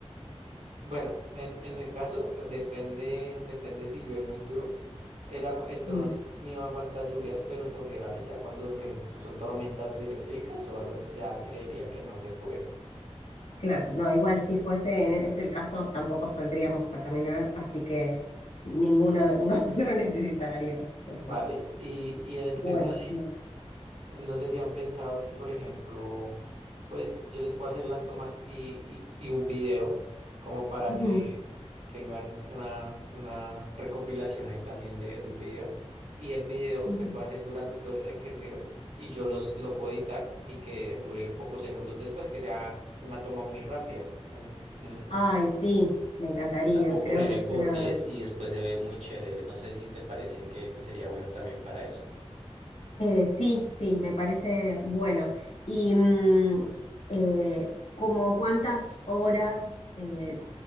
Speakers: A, on the right; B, on the left.
A: Bueno, en, en el caso eh, depende, depende si llueve muy duro. El agua, el dron
B: Mm,
A: mío aguanta lluvias, pero tolerables. Ya cuando se- pues, son tormentas eléctricas o algo así, ya creería que no se puede.
B: claro, no, igual si fuese en ese el caso, tampoco saldríamos a caminar, así que ninguno, <laughs> no lo necesitaríamos, perfecto.
A: Vale. Y, y en el
B: Bueno,
A: tema
B: bien.
A: No sé si han pensado que, por ejemplo, pues yo les puedo hacer las tomas y, y- y un video como para
B: Ujú,
A: que tengan una, una recopilación ahí también de, de un video. Y el video
B: ujú.
A: se puede hacer durante todo el recorrido y yo los, lo puedo editar y que dure pocos segundos después, que sea una toma muy rápida. un- un-
B: Ay,
A: sí.
B: sí, me encantaría,
A: La puedo
B: creo
A: poner
B: que
A: en
B: suena...
A: por 10 y después se ve muy chévere. No sé si te parece que, que sería bueno también para eso.
B: eh, sí, sí, me parece bueno. ¿Y mm, eh, como cuántas horas eh,